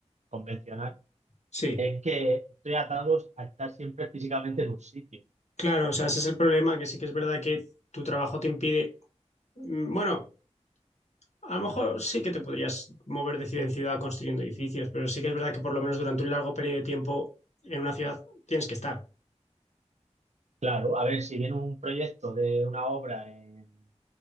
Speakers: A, on the right (about 70°); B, on the left (about 65°).
A: convencional
B: Sí,
A: es que estoy atado a estar siempre físicamente en un sitio.
B: claro. O sea, ese es el problema, que sí que es verdad que tu trabajo te impide. mm, Bueno. A lo mejor sí que te podrías mover de ciudad en ciudad construyendo edificios, pero sí que es verdad que por lo menos durante un largo periodo de tiempo en una ciudad tienes que estar.
A: Claro, a ver, si viene un proyecto de una obra en,